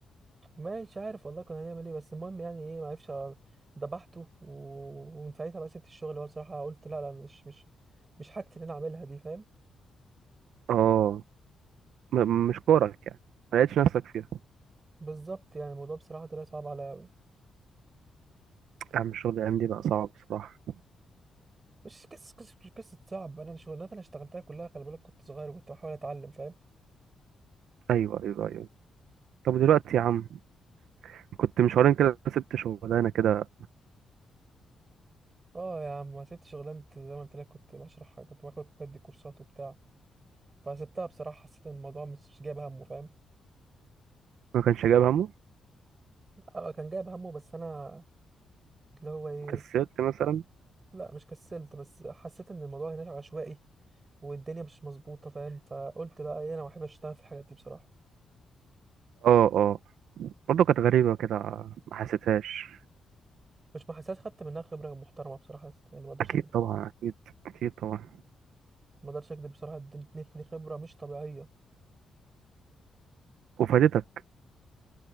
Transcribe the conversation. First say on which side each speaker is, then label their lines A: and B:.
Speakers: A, on the right; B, on the right.
A: مش عارف والله كنا هنعمل ايه بس المهم يعني ايه ما عرفش أ- ذبحته و... ومن ساعتها بقى سبت الشغل هو بصراحه قلت لا لا مش مش مش حاجتي اللي انا اعملها دي فاهم
B: اه م- مش كورك يعني ما لقيتش نفسك فيها
A: بالظبط يعني الموضوع بصراحه طلع صعب عليا قوي
B: يا عم الشغل الايام دي بقى صعب بصراحه
A: مش قصه قصه قصه صعب انا الشغلانات اللي اشتغلتها كلها خلي بالك كنت صغير وكنت بحاول اتعلم فاهم
B: ايوه ايوه ايوه طب دلوقتي يا عم كنت من شهرين كده سبت شغلانه كده
A: اه يا عم ما سبت شغلانتي زي ما قلت لك كنت بشرح كنت باخد بدي كورسات وبتاع فسبتها بصراحة حسيت ان الموضوع مش مش جايب همه فاهم
B: ما كانش جايب همه
A: آه، كان جايب همه بس انا اللي هو ايه
B: كسلت مثلا
A: لا مش كسلت بس حسيت ان الموضوع هناك عشوائي والدنيا مش مظبوطة فاهم فقلت بقى ايه انا ما بحبش اشتغل في الحاجات دي بصراحة
B: اه اه برضه كانت غريبه كده ما حسيتهاش
A: مش ما حسيت خدت منها خبرة محترمة بصراحة يا اسطى. يعني ما اقدرش
B: اكيد
A: اكذب
B: طبعا اكيد اكيد طبعا
A: ما اقدرش اكذب بصراحة ادتني خبرة مش طبيعية
B: وفادتك